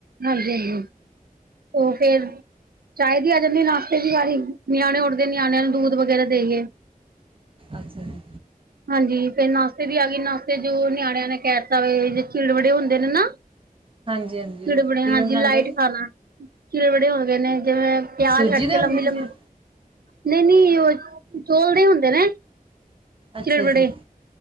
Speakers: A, on the right; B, on the right.
A: ਹਾਂਜੀ-ਹਾਂਜੀ। ਓ ਫੇਰ ਚਾਏ ਦੀ ਆ ਜਾਂਦੀ ਨਾਸ਼ਤੇ ਦੀ ਵਾਰੀ, ਨਿਆਣੇ ਉੱਠਦੇ, ਨਿਆਣਿਆਂ ਨੂੰ ਦੂਧ ਵਗੈਰਾ ਦੇਈਏ।
B: ਅੱਛਾ ਜੀ।
A: ਹਾਂਜੀ, ਫਿਰ ਨਾਸ਼ਤੇ ਦੀ ਆਗੀ, ਨਾਸਤੇ ਜੋ ਨਿਆਣਿਆਂ ਨੇ ਕੈਤਾ ਵੇ, ਜ ਚਿੜਵੜੇ ਹੁੰਦੇ ਨੇ, ਨਾ।
B: ਹਾਂਜੀ ਹਾਂਜੀ
A: ਚਿੜਵੜੇ,
B: ਉਹ ਕਿਵੇਂ
A: ਹਾਂਜੀ
B: ਬਣਾਉਂਦੇ
A: ਲਾਈਟ
B: ਆ ਜੀ
A: ਖਾਨਾ। ਚਿੜਵੜੇ ਹੋ ਗਏ ਨੇ ਜਿਵੇਂ, ਪਿਆਜ
B: ਸੂਜੀ
A: ਕੱਟ
B: ਦੇ
A: ਕੇ
B: ਹੁੰਦੇ
A: ਲੰਬੇ-ਲੰ
B: ਨੇ ਜੀ ਉਹ
A: ਨਈ-ਨਈ, ਓ ਚੋਲਦੇ ਹੁੰਦੇ ਨੇ। ਚਿੜਵੜੇ
B: ਅੱਛਾ ਜੀ।